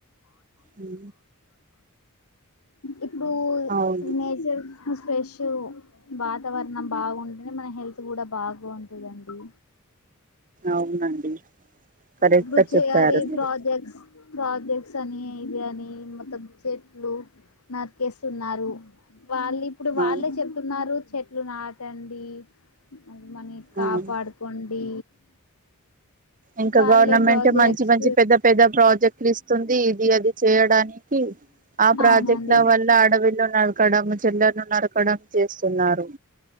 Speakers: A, on the right; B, on the left.
A: హ్
B: ఇప్పుడు
A: అవును
B: నేచర్ ఫ్రెష్ వాతావరణం బావుంటనే మన హెల్త్ కూడా బాగుంటదండి.
A: అవునండి కరెక్ట్
B: ఇప్పుడు
A: గా
B: చేయాలి
A: చెప్పారు మీరు
B: ప్రాజెక్ట్స్. ప్రాజెక్ట్స్ అని ఇవి అని మొత్తం చెట్లు నరికేస్తున్నారు. వాళ్ళు ఇప్పుడు వాళ్ళే
A: అవును
B: చెప్తున్నారు చెట్లు నాటండి. అది మని కాపాడుకోండి.
A: అవును. ఇంక
B: వాళ్ళే
A: గవర్నమెంట్
B: ప్రాజెక్ట్స్
A: మంచి మంచి పెద్ద పెద్ద ప్రాజెక్టులు ఇస్తుంది ఇది అది చేయడానికి ఆ ప్రాజెక్టులు
B: అవునండి
A: వల్ల అడవిలో నడ కడమ్ చెల్లర నర కడమ్ చేస్తున్నారు